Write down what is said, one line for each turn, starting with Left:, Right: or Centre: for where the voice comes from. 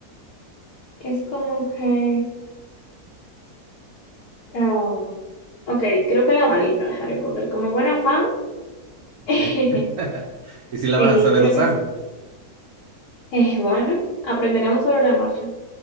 Left: es como que... um, ok, creo que la varita de Harry Potter. Como buena fan, <laughs>
Right: Sí. <laughs> ¿Y si la
Left: sí,
Right: vas a saber
Left: creo
Right: usar?
Left: que sí. Eh, bueno, aprenderemos sobre la marcha.